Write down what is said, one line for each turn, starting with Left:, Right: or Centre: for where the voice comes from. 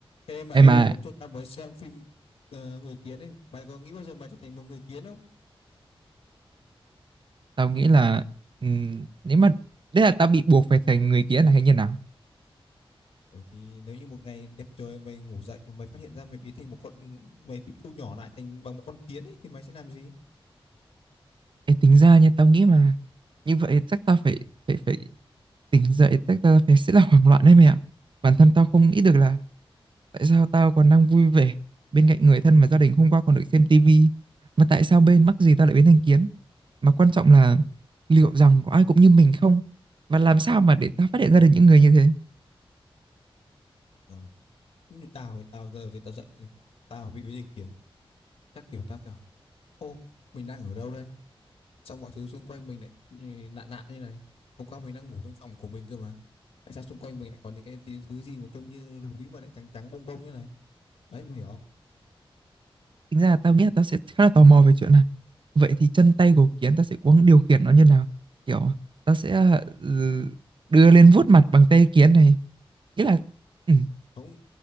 Left: Ê mày,
Right: Em mà
Left: hôm trước tao mới xem phim ờ, Người Kiến ấy, mày có nghĩ bao giờ mày trở thành một người kiến không?
Right: tao nghĩ là ừm, nếu mà đấy là tao bị buộc phải thành người kia là hay như nào?
Left: Ừ thì nếu như một ngày đẹp trời mày ngủ dậy và mày phát hiện ra mày biến thành một con mày tụi thu nhỏ lại thành bằng một con kiến ấy thì mày sẽ làm gì?
Right: Ê, tính ra nha, tao nghĩ mà như vậy chắc tao phải phải phải tỉnh dậy, chắc tao phải sẽ là hoảng loạn đấy mày ạ. Bản thân tao không nghĩ được là tại sao tao còn đang vui vẻ bên cạnh người thân mà gia đình hôm qua còn được xem tivi mà tại sao bên mắc gì tao lại biến thành kiến? Mà quan trọng là liệu rằng có ai cũng như mình không? Và làm sao mà để tao phát hiện ra được những người như thế?
Left: Ờ, như tao thì tao giờ thì tao dậy thì tao bị biến thành kiến, chắc kiểu tao bảo ô mình đang ở đâu đây? Xong mọi thứ xung quanh mình lại như- lạ lạ như này. Hôm qua mình đang ngủ trong phòng của mình cơ mà. Tại sao xung quanh mình lại có những cái tí- thứ gì mà trông như núi mà lại trắng trắng bông bông như này? Đấy mày hiểu không?
Right: Tính ra là tao nghĩ là tao sẽ khá là tò mò về chuyện này vậy thì chân tay của kiến tao sẽ có điều khiển nó như nào kiểu tao sẽ ừ, đưa lên vuốt mặt bằng tay kiến này nghĩa là ừ,
Left: không